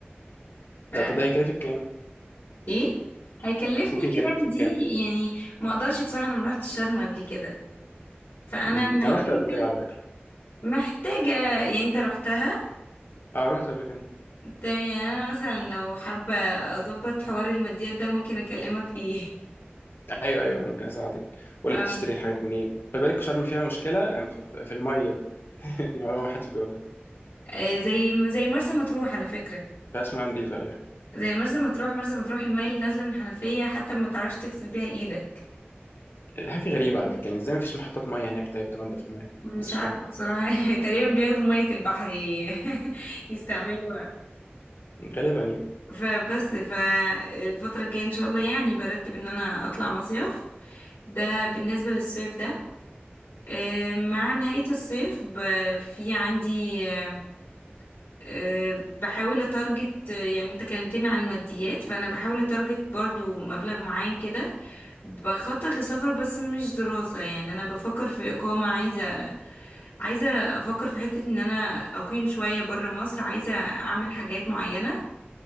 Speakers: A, on the left; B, on the left.
A: ف
B: ده طب ده هيكلفك كام؟
A: ايه هيكلفني
B: ممكن
A: كام
B: يكلفك
A: دي
B: كام؟
A: يعني ما اقدرش بصراحة انا ما رحتش شرم قبل كده فانا
B: امم
A: محتاجه
B: أنا رحت قبل كده على فكرة
A: محتاجة يعني انت رحتها
B: أه رحت قبل كده
A: تمام يعني انا مثلا لو حابة اظبط حوار الماديات ده ممكن اكلمك فيه <laughs>
B: أيوه أيوه ممكن أساعدك أقول
A: اه
B: لك تشتري الحاجات منين خلي بالك شرم فيها مشكلة في في المية <laughs> دي معلومة ما حدش بيقولها
A: آه، زي زي مرسى مطروح على فكرة
B: فيها اسمها نضيفة أيوه
A: زي مرسى مطروح مرسى مطروح المية اللي نازلة من الحنفية حتى ما تعرفش تغسل بيها ايدك
B: حاجة غريبة على فكرة يعني إزاي مفيش محطات مية هناك طيب تنضف المية دي
A: مش
B: أنا مش
A: عارفة
B: فاهم
A: بصراحة <laughs> تقريبا بياخدوا مية البحر ي- <laughs> يستعملوها
B: <laughs> غالبا يعني
A: فبس فالفترة الجاية ان شاء الله يعني برتب ان انا اطلع مصيف ده بالنسبة للصيف ده آه، مع نهاية الصيف ب- في عندي آه، آه، بحاول اتارجت آه، يعني انت كلمتني عن الماديات فانا بحاول اتارجت برضو مبلغ معين كده بخطط لسفر بس مش دراسة يعني انا بفكر في اقامة عايزة عايزة افكر في حتة ان انا اقيم شوية برا مصر عايزة اعمل حاجات معينة